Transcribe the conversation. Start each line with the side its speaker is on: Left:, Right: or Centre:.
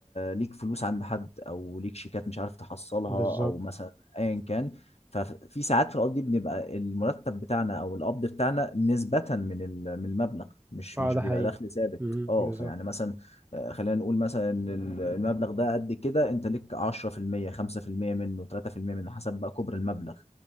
Left: ليك فلوس عند حد او ليك شيكات مش عارف تحصلها
Right: بالظبط
Left: او مثلا ايا كان ففي ساعات في القضية دي بنبقى المرتب بتاعنا او القبض بتاعنا نسبة من ال- من المبلغ مش
Right: اه
Left: مش
Right: ده
Left: بيبقى
Right: حقيقي
Left: دخل ثابت
Right: مهم.
Left: اه
Right: بالظبط
Left: فيعني مثلا آه، خلينا نقول مثلا ال- المبلغ ده قد كده انت ليك 10% 5% منه 3% منه حسب بقى كبر المبلغ